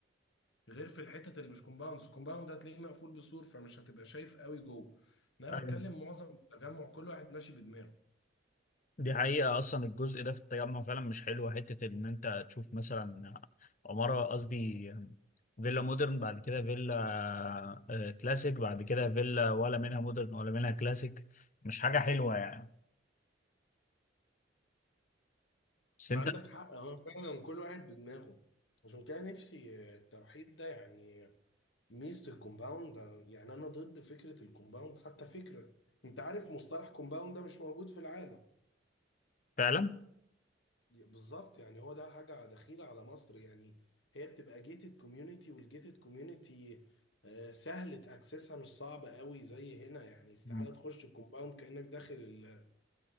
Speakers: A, on the left (about 80°); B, on the left (about 45°).
A: غير في الحتت اللي مش كومباوند الكومباوند هتلاقيه مقفول بسور فمش هتبقى شايف قوي جوه انا
B: ايوه
A: بتكلم معظم التجمع كل واحد ماشي بدماغه
B: دي حقيقة أصلا الجزء ده في التجمع فعلا مش حلو حتة إن أنت تشوف مثلا عمارة قصدي فيلا مودرن بعد كده فيلا آه، كلاسيك بعد كده فيلا ولا منها مودرن ولا منها كلاسيك مش حاجة حلوة يعني بس أنت
A: عندك حق اه فعلا كل واحد بدماغه عشان كده نفسي التوحيد ده يعني ميزة الكومباوند ده. يعني أنا ضد فكرة الكومباوند حتى فكرة أنت عارف مصطلح كومباوند ده مش موجود في العالم
B: فعلا
A: بالظبط يعني هو ده حاجة دخيلة على مصر يعني هي بتبقى جيتد كوميونتي والجيتد كوميونتي سهل تأكسسها مش صعب قوي زي هنا يعني استحالة
B: مم.
A: تخش الكومباوند كأنك داخل ال-